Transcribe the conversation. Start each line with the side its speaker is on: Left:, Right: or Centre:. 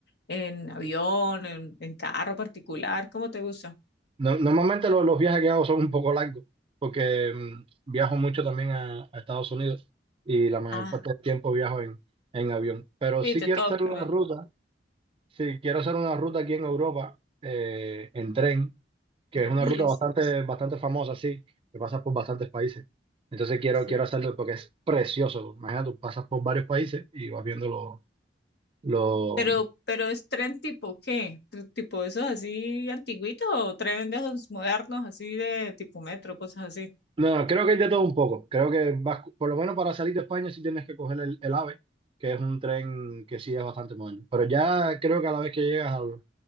Left: en avión, en, en carro particular? ¿Cómo te gusta?
Right: No- normalmente lo- los viajes que hago son un poco largos, porque mm, viajo mucho también a, a Estados Unidos y la mayor
Left: Ah,
Right: parte del tiempo viajo en, en avión. Pero
Left: sí,
Right: sí
Left: te
Right: quiero
Left: toca,
Right: hacer una
Left: ¿no?
Right: ruta, sí quiero hacer una ruta aquí en Europa eh, en tren, que
Left: Ay,
Right: es una ruta
Left: es,
Right: bastante, bastante famosa, sí, que pasa por bastantes países. Entonces quiero,
Left: sí.
Right: quiero hacerlo porque es precioso. Imagínate, tú pasas por varios países y vas viendo los
Left: Pero, pero es tren tipo qué? ¿Tr- ¿Tipo esos así antiguitos o tren de esos modernos, así de tipo metro, cosas así?
Right: No, creo que hay de todo un poco. Creo que vas, por lo menos para salir de España sí tienes que coger el, el AVE, que es un tren que sí es bastante moderno. Pero ya creo que a la vez que llegas al-